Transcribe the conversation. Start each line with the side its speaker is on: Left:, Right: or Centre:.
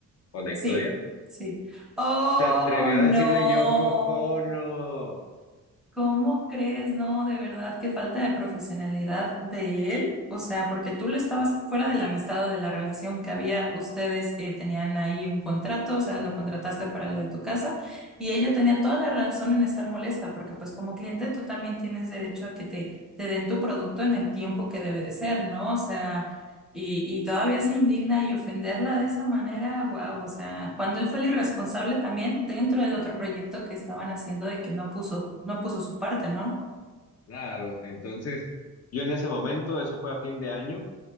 Left: o la historia,
Centre: Sí, sí. Oh,
Left: se atrevió a
Centre: no.
Left: decirle Yoko Ono.
Centre: ¿Cómo crees? No, de verdad, qué falta de profesionalidad de él. O sea, porque tú le estabas fuera de la amistad o de la relación que había, ustedes eh, tenían ahí un contrato, o sea, lo contrataste para lo de tu casa y ella tenía toda la razón en estar molesta, porque pues como cliente tú también tienes derecho a que te, te den tu producto en el tiempo que debe de ser, ¿no? O sea... Y, y todavía se indigna y ofenderla de esa manera, wow, o sea, cuando él fue el irresponsable también dentro del otro proyecto que estaban haciendo de que no puso, no puso su parte, ¿no?
Left: Claro, entonces yo en ese momento, eso fue a fin de año,